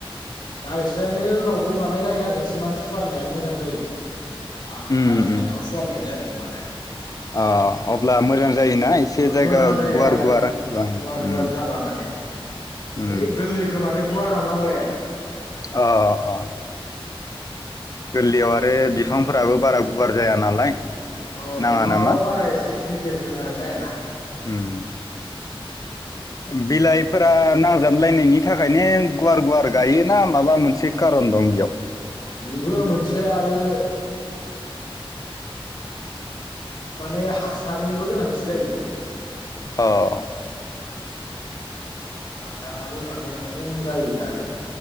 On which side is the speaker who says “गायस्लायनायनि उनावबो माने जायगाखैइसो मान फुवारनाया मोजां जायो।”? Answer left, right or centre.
Left